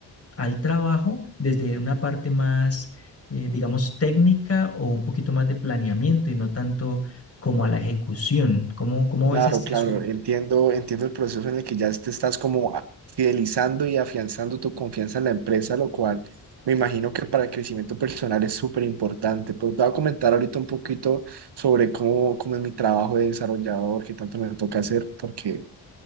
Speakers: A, on the left (about 30°); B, on the right (about 55°).
A: al trabajo desde una parte más, eh, digamos, técnica o un poquito más de planeamiento y no tanto como a la ejecución. ¿Cómo, cómo
B: Claro,
A: ves este
B: claro,
A: asunto?
B: entiendo, entiendo el proceso en el que ya te estás como a- fidelizando y afianzando tu confianza en la empresa, lo cual me imagino que para el crecimiento personal es súper importante. Pero te voy a comentar ahorita un poquito sobre cómo, cómo es mi trabajo de desarrollador, que tanto me toca hacer, porque